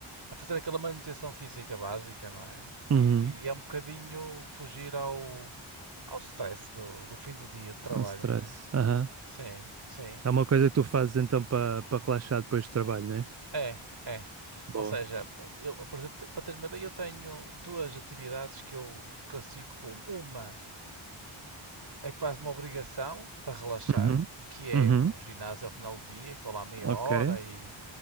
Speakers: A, on the right; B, on the right.
A: a fazer aquela manutenção física básica, não é?
B: uhum.
A: E é um bocadinho fugir ao, ao stress do, do fim do dia de trabalho,
B: Não stress.
A: não é?
B: Aham.
A: Sim, sim.
B: É uma coisa que tu fazes então para para relaxar depois do trabalho, né?
A: É, é.
B: Boa.
A: Ou seja, eu, por exemplo, para teres uma ideia, eu tenho duas atividades que eu classifico como uma é quase uma obrigação para relaxar,
B: Uhum,
A: que é
B: uhum.
A: o ginásio ao final do dia, que estou lá meia
B: Ok.
A: hora e